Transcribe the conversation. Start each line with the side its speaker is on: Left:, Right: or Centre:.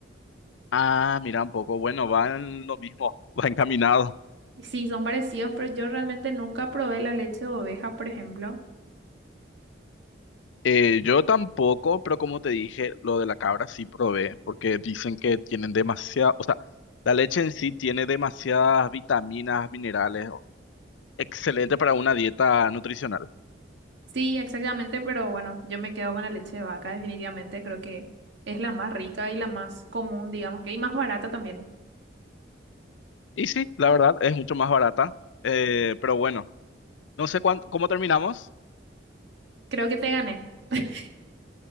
Left: ah, mira un poco, bueno, van lo mismo, <laughs> va encaminado.
Right: Sí, son parecidos, pero yo realmente nunca probé la leche de oveja, por ejemplo.
Left: Eh, yo tampoco, pero como te dije, lo de la cabra sí probé, porque dicen que tienen demasiada, o sea, la leche en sí tiene demasiadas vitaminas, minerales, excelente para una dieta nutricional.
Right: Sí, exactamente, pero bueno, yo me quedo con la leche de vaca, definitivamente. Creo que es la más rica y la más común, digamos que, y más barata también.
Left: Y sí, la verdad, es mucho más barata, eh, pero bueno, no sé cuánto, ¿cómo terminamos?
Right: Creo que te gané. <laughs>